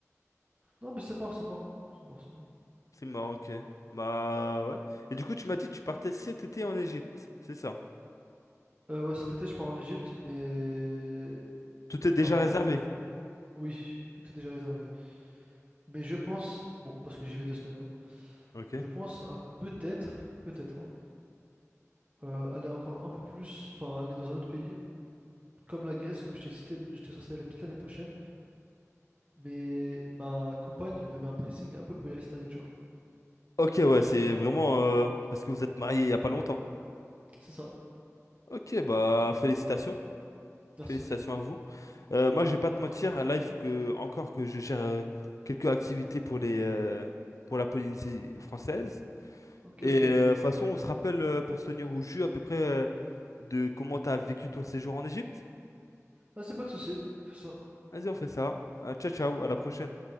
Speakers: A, on the right; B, on the left.
A: Non, mais c'est mort, c'est mort. C'est mort, c'est mort.
B: C'est marrant, ok. Bah ouais. Et du coup, tu m'as dit que tu partais cet été en Égypte, c'est ça?
A: Euh, ouais, cet été, je pars en Égypte, mais...
B: Tout est déjà
A: Alors,
B: réservé.
A: oui, tout est déjà réservé. Mais je pense, bon, parce que j'y vais deux semaines, hein,
B: Ok.
A: je pense à peut-être, peut-être, hein, euh, aller encore un peu plus, enfin, aller dans un autre pays, comme la Grèce, comme je t'ai cité, j'étais censé aller peut-être l'année prochaine, mais ma compagne me met un pressing un peu pour y aller cette année, tu vois.
B: Ok, ouais, c'est vraiment euh, parce que vous êtes mariés il y a pas longtemps.
A: C'est ça,
B: Ok, bah félicitations,
A: merci.
B: félicitations à vous. Euh, moi, je vais pas te mentir, là, il faut que encore que je gère euh, quelques activités pour les euh, pour la Polynésie française.
A: Ok,
B: Et
A: ok.
B: euh, de toute façon, on se rappelle euh, pour se tenir au jus à peu près euh, de comment tu as vécu ton séjour en Égypte.
A: Ah, c'est pas de souci, fais ça.
B: Vas-y, on fait ça. Euh, ciao, ciao, à la prochaine.